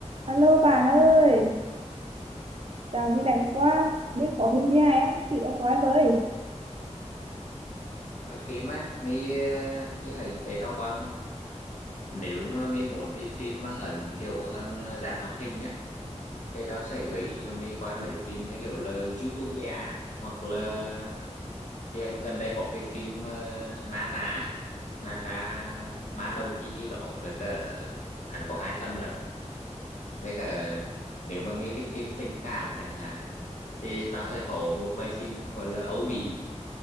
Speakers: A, on the right; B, on the left.
A: Alo bạn ơi, chào này rảnh quá, biết có phim gì hay không? Chị đâu coi với.
B: coi phim á mi ờ, chỉ hay để tao coi mà nếu như mà mi muốn đi phim mà hẳn kiểu hơn ờ, dạng hoạt hình nhá thì tao sẽ gợi ý cho mi coi mấy phim như kiểu là Zootopia hoặc là chị hay gần đây có cái phim uh, Na Tra Na Tra Ma Đông chi chi đó với cả hẳn có hai phần lận với cả nếu mà mi thích phim tình cảm chẳng hạn thì tao sẽ có một vài phim gọi là Âu Mỹ